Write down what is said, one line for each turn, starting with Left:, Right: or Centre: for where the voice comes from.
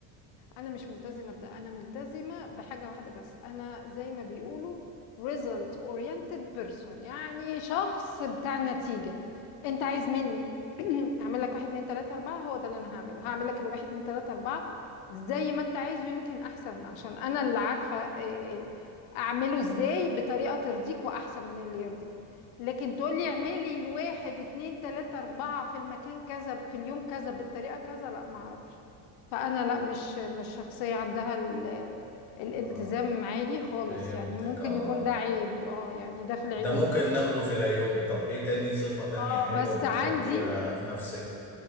Left: انا مش ملتزمه بده انا ملتزمه بحاجه واحده بس انا زي ما بيقولوا result oriented person يعني شخص بتاع نتيجه انت عايز مني <clears throat> اعمل لك واحد اتنين تلاته اربعه هو ده اللي انا هعمله هعمل لك الواحد اتنين تلاته اربعه زي ما انت عايزه يمكن احسن عشان انا اللي عارفه إيه- إيه اعمله ازاي بطريقه ترضيك واحسن من اللي يرضيك لكن تقولي اعملي الواحد اتنين تلاته اربعه في المكان كذا في اليوم كذا بالطريقه كذا لا معرفش فانا لا مش مش شخصيه عندها ال- الالتزام
Centre: اه
Left: عالي خالص
Centre: فهمتك
Left: يعني ممكن
Centre: اه
Left: يكون ده عيب اه يعني ده في العيوب
Centre: ده ممكن ناخده في العيوب طب ايه تاني صفة تانية
Left: اه
Centre: حلوة
Left: بس
Centre: بتحبيها
Left: عندي
Centre: في نفسك